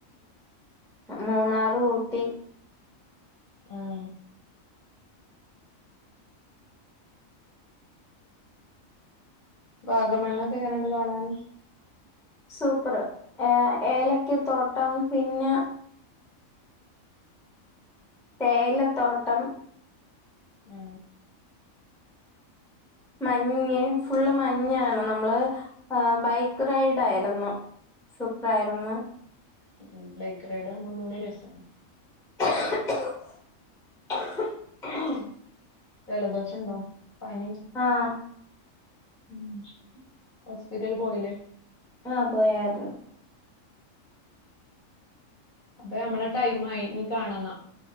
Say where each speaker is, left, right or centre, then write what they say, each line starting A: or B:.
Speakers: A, in the centre; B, on the left.
A: മൂന്നാറ് ഊട്ടി
B: ഉം വാഗമണ്ണൊക്കെ എങ്ങനെയണ്ട് കാണാനാന്
A: സൂപ്പർ ഏ ഏലക്ക തോട്ടം പിന്നെ തേയിലത്തോട്ടം
B: ആ
A: മഞ്ഞ് ഫുള്ള് മഞ്ഞാണ് നമ്മള് ബൈക്ക് റൈഡ് ആയിരുന്നു സൂപ്പർ ആയിരുന്നു
B: ഉം ബൈക്ക് റൈഡ് ആകുമ്പോ ഒന്നുടെ രസം
A: <inaudible>
B: ജലദോഷ ഉണ്ടോ പനി
A: ആഹ്
B: ഉം ഹോസ്പിറ്റൽ പോയില്ലേ
A: ആഹ പോയരുന്നു
B: അപ്പൊ നമ്മളെ ടൈം ആയി നീ കാണന്ന